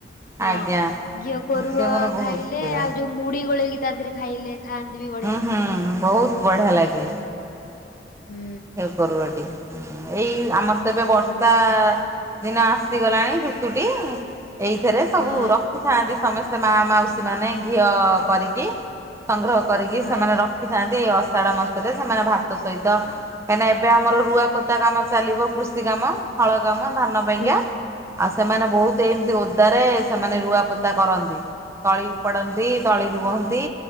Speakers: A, on the left; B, on the right.
A: ହଁ।
B: ଆଜ୍ଞା
A: ଇଏ କୋରୁଅ
B: ସେ ମୋର ବହୁତ
A: ଖାଇଲେ
B: ପ୍ରିୟ।
A: ଆଉ ଯୋଉ ମୁଢି ଗୋଳେଇକି ତା ଦେହରେ ଖାଇଲେ ଖାଆନ୍ତି। ବି ଗ
B: ହୁଁ ହୁଁ ବହୁତ ବଢିଆ ଲାଗେ।
A: ହୁଁ।
B: କୋରୁଅ ଟିକେ ଏଇ ଆମର ତ ଏବେ ବର୍ଷା
A: ହୁଁ
B: ଦିନ ଆସିଗଲାଣି ଋତୁଟି। ଏଇଥିରେ ସବୁ
A: ହଁ
B: ରକ୍ ରଖିଥାନ୍ତି ସମସ୍ତେ ମା ମାଉସୀ ମାନେ ଘିଅ କରିକି। ସଂଗ୍ରହ କରିକି
A: ହଁ
B: ସେମାନେ ର ଶଖିଥାନ୍ତି ଅଷାଢ ମାସରେ ସେମାନେ ଭାତ ସହିତ କାହିଁକିନା ଏବେ ଆମର ରୁଆ ପୋତା କାମ ଚାଲିବ କୃଷି କାମ। ହଳକାମ ଧାନ ପାଇଁକା।
A: ହୁଁ
B: ଆଉ ସେମାନେ ବହୁତ ଏମିତି ଓ ରେ ସେମାନେ ରୁଆ ପୋତା କରନ୍ତି। ତଳି ଉପଡନ୍ତି ତଳି ରୁହନ୍ତି।